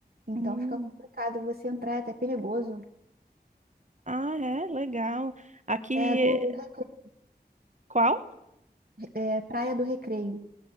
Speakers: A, on the right (about 65°); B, on the right (about 45°).
A: então
B: Hum,
A: fica complicado você entrar, é até perigoso.
B: ah, é, legal. Aqui,
A: É a do,
B: é-
A: Recre-
B: qual?
A: é Praia do Recreio.